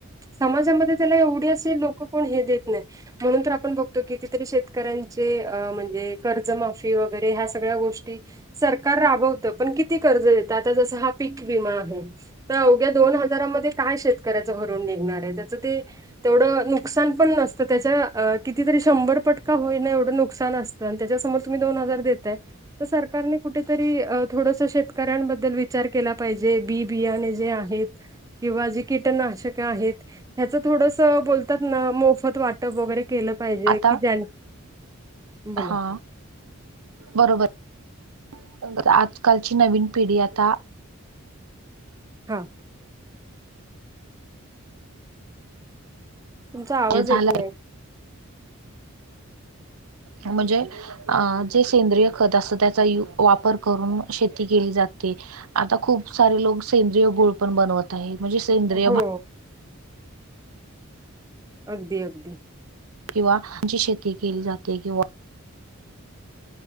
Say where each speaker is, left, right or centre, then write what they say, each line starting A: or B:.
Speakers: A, on the right (about 15°); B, on the right (about 85°).
A: समाजामध्ये त्याला एवढी असशी लोक कोण हे देत नाही म्हणून तर आपण बघतो की कितीतरी शेतकऱ्यांचे अ म्हणजे कर्जमाफी वगैरे ह्या सगळ्या गोष्टी सरकार राबवत पण किती कर्ज देत आता जसं हा पीक विमा आहे तर अवघ्या दोन हजारामध्ये काय शेतकऱ्याचं भरून निघणार आहे त्याचं ते तेवढं नुकसान पण नतं त्याच्या कितीरी शंभर पटका होईना एवढं नुकसान असतं आणि त्याच्यासमोर तुम्ही दोन हजार दताय तर सरकारने कुठेतरी थोडस शेतकऱ्यांबद्दल विचार केला पाहिजे बी बियाणे जे आहेत किंवा जी कीटनाशक आहेत ह्याच थोडस बोलतात ना मोफत वाट वगैरे केलं पाहिजे
B: आता
A: की ज्या बोला
B: हा बरोबर आजकालची नवीन पिढी आता
A: हां तुमचा आवाज
B: जे झालं
A: येत नाही
B: म्हणजे अ जे सेंद्रिय खत असत त्याचा वापर करून शेती केली जाते आता खूप सारे लोक सेंद्रिय गुळ पण बनवत आहे म्हणजे सेंद्रिय
A: हो
B: भा
A: अगदी अगदी
B: किंवाची शेती केली जाते किंवा